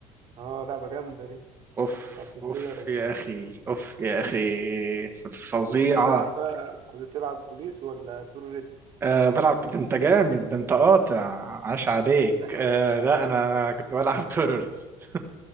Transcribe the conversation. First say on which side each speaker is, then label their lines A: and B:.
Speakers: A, on the right (about 45°); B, on the right (about 20°).
A: اه لعبة جامدة دي
B: اوف
A: مالتي بلاير
B: اوف
A: وكده
B: يا اخي اوف يا اخي ف- فظيعه
A: كنت بتلعب بقى كنت بتلعب بوليس ولا تورست
B: آه بلعب ده انت جامد ده انت قاطع عاش عليك
A: <laughs>
B: آه لا انا انا كنت بلعب <laughs> تيرورست